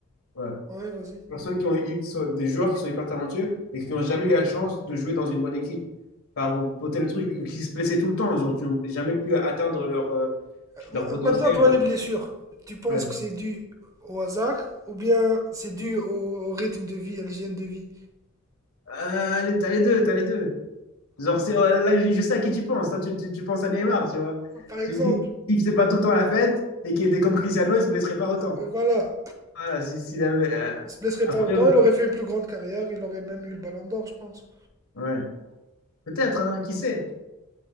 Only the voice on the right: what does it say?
Ouais, vas-y.
Euh, ma-
Maintenant, toi, les blessures, tu penses
que c'est dû au hasard ou bien c'est dû au, au rythme de vie, à l'hygiène de vie?
Par exemple,
euh, voilà,
il se blesserait
pas autant, il aurait fait une plus grande carrière, il aurait même eu le Ballon d'Or, je pense.